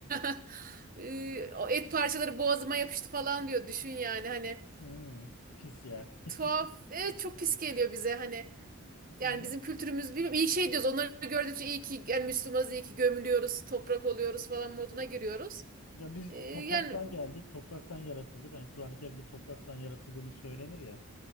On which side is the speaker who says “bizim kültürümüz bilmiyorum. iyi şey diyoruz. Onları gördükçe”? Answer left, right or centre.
Right